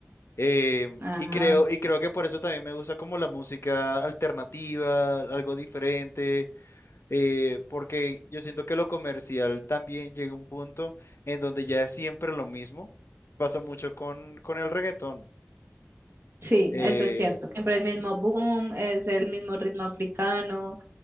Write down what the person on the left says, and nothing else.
em,
y creo, y creo que por eso también me gusta como la música alternativa, algo diferente. eh, porque yo siento que lo comercial también llega a un punto en donde ya es siempre lo mismo. Pasa mucho con, con el reggaetón.
Eh,